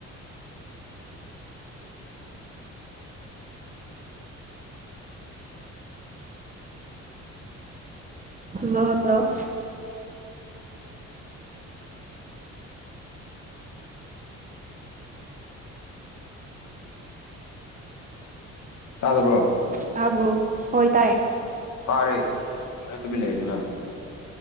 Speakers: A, on the right; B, on the left.
A: hello hello
B: ꯇꯥꯗꯕ꯭ꯔꯣ
A: ꯇꯕ꯭ꯔꯣ ꯍꯣꯏ ꯇꯥꯏꯌꯦ
B: ꯇꯥꯔꯦ <unintelligible> ꯇꯨꯃꯤꯟ ꯂꯩꯔꯤꯗꯨꯅ